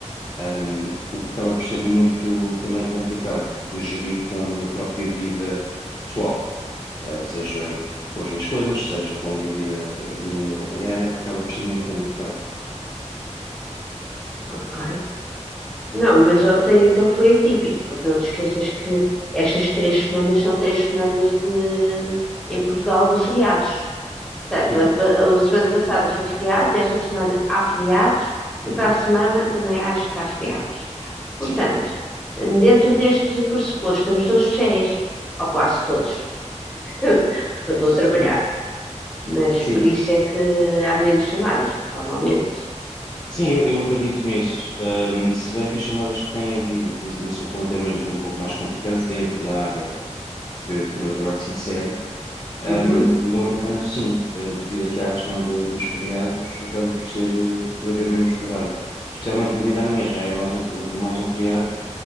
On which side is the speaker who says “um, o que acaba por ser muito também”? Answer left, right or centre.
Left